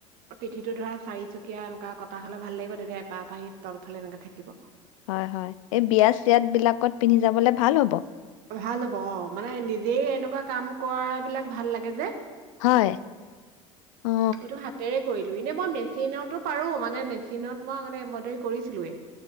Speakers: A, on the right; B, on the left.
A: পিঠিটো ধৰা চাৰিচুকীয়া এনেকুৱা কটা হ'লে ভাল লাগিব, তেতিয়া এপাহ এপাহ এই তলফালে এনেকে থাকিব।
B: হয়, হয়, এই বিয়া চিয়াত বিলাকত পিন্ধি যাবলে ভাল হ'ব।
A: ভাল হ'ব, অ', মানে নিজেই এনেকুৱা কাম কৰা বিলাক ভাল লাগে যে।
B: হয় অ।
A: এইটো হাতেৰে কৰিলোঁ এনে মই মেচিনতো পাৰো মানে মেচিনত মই এম্ব্ৰইডাৰী কৰিছিলোৱে